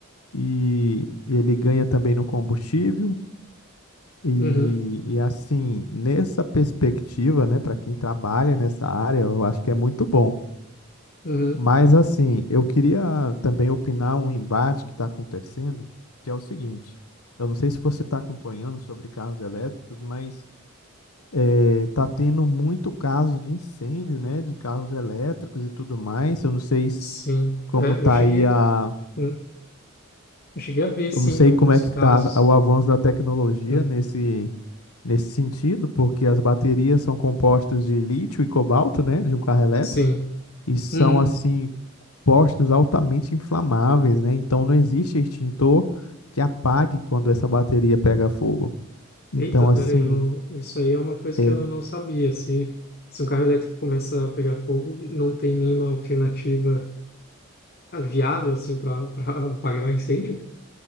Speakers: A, on the left (about 80°); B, on the left (about 45°).
A: e ele ganha também no combustível. E,
B: Uhum,
A: e assim, nessa perspectiva, né, para quem trabalha nessa área, eu acho que é muito bom.
B: uhum.
A: Mas assim, eu queria também opinar um embate que está acontecendo, que é o seguinte: eu não sei se você está acompanhando sobre carros elétricos, mas eh, tá tendo muito caso de incêndio, né, de carros elétricos e tudo mais. Eu não sei se
B: Sim,
A: como
B: É,
A: tá
B: eu cheguei,
A: aí a,
B: hum, eu cheguei a ver,
A: eu
B: sim,
A: não sei
B: alguns
A: como é que
B: casos.
A: tá o avanço da tecnologia
B: Hum,
A: nesse nesse sentido, porque as baterias são compostas de lítio e cobalto, né, de um carro elétrico,
B: Sim.
A: e são
B: Uhum.
A: assim postos altamente inflamáveis, né? Então não existe extintor que apague quando essa bateria pega fogo. Então
B: Eita,
A: assim,
B: peraí, eu não, isso aí é uma coisa
A: é,
B: que eu não sabia. Se, se um carro elétrico começa a pegar fogo, não tem nenhuma alternativa ah, viável, assim, para <laughs> apagar o incêndio?